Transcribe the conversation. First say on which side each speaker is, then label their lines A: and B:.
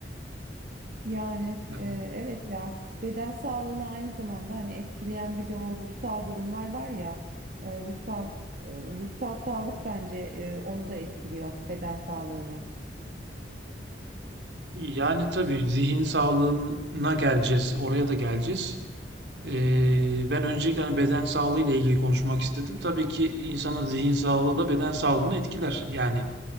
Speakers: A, on the right; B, on the right.
A: Yani
B: Yani,
A: e, evet ya beden sağlığını aynı zamanda hani etkileyen bir de o ruhsal durumlar var ya e, ruhsal e, ruhsal sağlık bence e, onu da etkiliyor beden sağlığını.
B: yani tabii zihin sağlığına geleceğiz, oraya da geleceğiz. Ee, ben öncelikle hani beden sağlığı ile ilgili konuşmak istedim. Tabii ki insanın zihin sağlığı da beden sağlığını etkiler. Yani